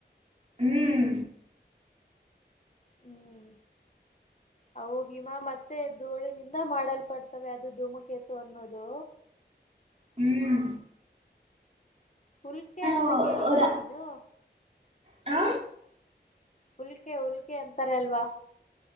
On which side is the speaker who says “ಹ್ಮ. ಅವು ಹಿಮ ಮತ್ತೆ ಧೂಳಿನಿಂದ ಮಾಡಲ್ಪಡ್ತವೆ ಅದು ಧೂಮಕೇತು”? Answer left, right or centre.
Left